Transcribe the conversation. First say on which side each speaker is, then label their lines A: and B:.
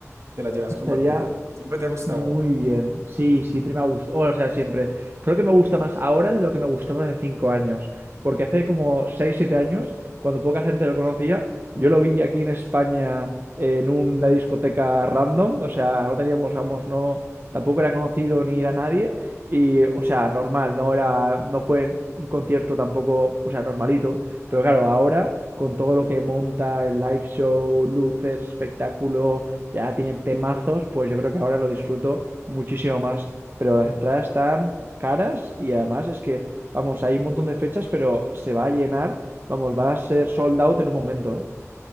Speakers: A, on the right; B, on the right.
A: te la llevas
B: Estaría
A: con Bad Bunny. Siempre te ha gustado.
B: muy bien. Sí, siempre me ha gustado. O sea, siempre. Creo que me gusta más ahora de lo que me gustaba hace cinco años. Porque hace como seis, siete años, cuando poca gente lo conocía, yo lo vi aquí en España en una discoteca random. O sea, no teníamos,
A: Wow.
B: vamos, no. Tampoco era conocido ni era nadie. Y, o sea, normal, no era. No fue un concierto tampoco, o sea, normalito. Pero claro, ahora, con todo lo que monta, el live show, luces, espectáculo, ya tiene temazos, pues yo creo que ahora lo disfruto muchísimo más. Pero las entradas están caras y además es que, vamos, hay un montón de fechas, pero se va a llenar, vamos, va a ser sold out en un momento, ¿eh?